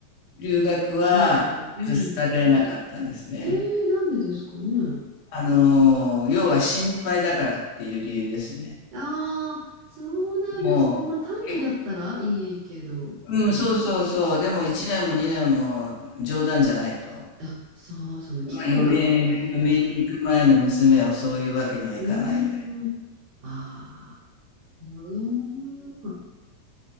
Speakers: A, on the left; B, on the right.
A: 留学は許されなかったんですね。
B: 反対。うん。ええなんでですかね。
A: あの、要は心配だからっていう理由ですね。
B: ああ、そうなんですね。
A: もう、
B: まあ短期だったらいいけど、
A: 結うん、そうそうそう。でも1年も2年も冗談じゃないと。
B: あ、そう、その期間が問題なんだ。
A: まあ、嫁、嫁に行く前の娘をそういうわけにはいかないみたいな。
B: うーん、ああ、なるほど。